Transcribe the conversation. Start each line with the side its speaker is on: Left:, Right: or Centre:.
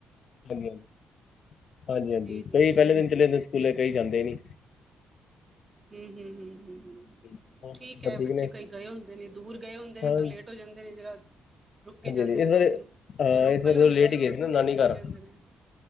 Left: ਹਾਂਜੀ-ਹਾਂਜੀ, ਹਾਂਜੀ-ਹਾਂਜੀ
Right: ਜੀ ਜੀ
Left: ਕਈ
Right: ਜੀ
Left: ਪਹਿਲੇ
Right: ਜੀ
Left: ਦਿਨ ਚਲੇ ਜਾਂਦੇ, ਸਕੂਲੇ ਕਈ ਜਾਂਦੇ ਨੀ।
Right: ਹਮ-ਹਮ, ਹਮ-ਹਮ, ਹਮ।
Left: ਹੋਰ
Right: ਠੀਕ ਹੈ,
Left: ਸਭ
Right: ਬੱਚੇ
Left: ਨੇ
Right: ਕਈ ਗਏ ਹੁੰਦੇ ਨੇ, ਦੂਰ ਗਏ ਹੁੰਦੇ ਨੇ
Left: ਹਾਂ ਹਾਂਜੀ
Right: ਤੇ ਉਹ ਲੇਟ ਹੋ ਜਾਂਦੇ ਨੇ ਜਿਹੜਾ ਰੁਕ ਕੇ ਜਾਂਦੇ
Left: ਹਾਂਜੀ
Right: ਨੇ
Left: ਇਸ
Right: ਦੋ
Left: ਵਾਰੀ
Right: ਦਿਨ,
Left: ਹਾਂ
Right: ਜੋ ਲੋਕਲ
Left: ਇਸ ਵਾਰੀ
Right: ਹੁੰਦੇ
Left: ਥੋੜਾ ਲੇਟ
Right: ਨੇ,
Left: ਹੀ
Right: ਉਹ
Left: ਗਏ ਸੀ ਨਾ ਨਾਨੀ
Right: ਪਹੁੰਚ
Left: ਘਰ
Right: ਜਾਂਦੇ ਨੇ।